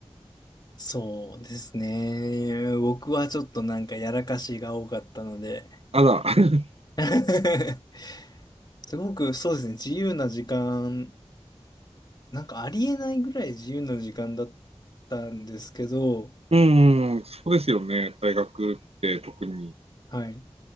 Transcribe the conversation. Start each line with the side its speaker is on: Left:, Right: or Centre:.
Left: そうですね。僕はちょっとなんかやらかしが多かったので
Right: ただ、<laughs>
Left: <laughs> すごくそうですね、自由な時間、なんかありえないぐらい自由な時間だったんですけど、
Right: うん、そうですよね。大学って特に。
Left: はい、